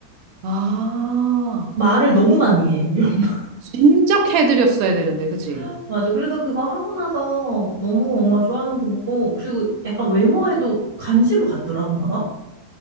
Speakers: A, on the right; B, on the right.
A: 아,
B: 말을 너무 많이 해 우리 엄마
A: 진작 해드렸어야 되는데, 그치?
B: <laughs> 맞아 그래서 그거 하고 나서 너무 엄마 좋아하는 거 보고 그리고 약간 외모에도 관심을 갖더라 엄마가